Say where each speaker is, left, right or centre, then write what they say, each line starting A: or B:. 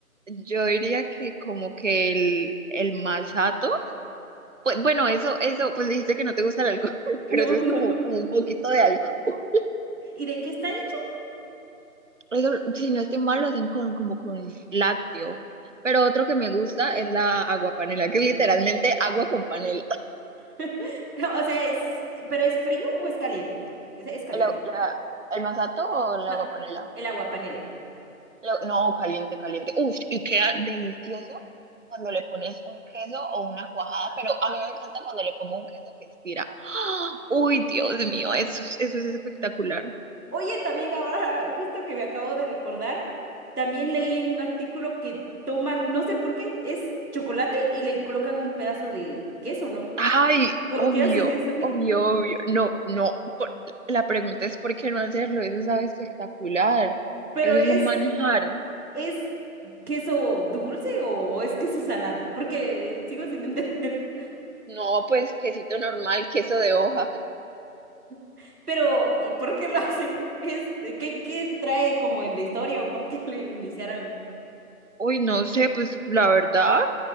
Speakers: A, on the right (about 60°); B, on the right (about 85°).
A: Yo diría que como que el, el masato, pues bueno, eso, eso, pues dijiste que no te gusta el alcohol, <laughs>
B: No,
A: pero eso es
B: no,
A: como,
B: no.
A: como un poquito de alcohol. <laughs>
B: ¿Y de qué está hecho?
A: Eso, si no estoy mal, lo hacen con, como con lácteo. Pero otro que me gusta es la aguapanela, que es literalmente agua con panela.
B: <laughs> O sea, es, ¿pero es frío o es caliente? Es, es caliente,
A: ¿El, la-
B: ¿no?
A: el masato o la
B: No,
A: aguapanela?
B: el agua panela.
A: Lo- no, caliente, caliente. Uf, y queda delicioso cuando le pones un queso o una cuajada, pero a mí me encanta cuando le pongo un queso que estira. <gasps> ¡Ah! Uy, Dios mío, eso, es- eso es espectacular.
B: Oye, también ahora, <laughs> justo que me acabo de recordar, también leí en un artículo que toman, no sé por qué, es chocolate y le colocan un pedazo de queso, ¿no?
A: Ay,
B: ¿Por
A: obvio,
B: qué hacen eso? <laughs>
A: obvio, obvio. No, no, por- la pregunta es ¿por qué no hacerlo? Eso sabe espectacular.
B: Pero
A: Eso
B: es
A: es un manjar.
B: ¿Es queso dulce o es queso salado? Porque sigo sin entender.
A: No, pues quesito normal, queso de hoja.
B: <laughs> Pero, ¿y por qué lo hacen? Es, eh, ¿qué, qué trae como en la historia o por qué <laughs> lo iniciaron?
A: Uy, no sé, pues la verdad,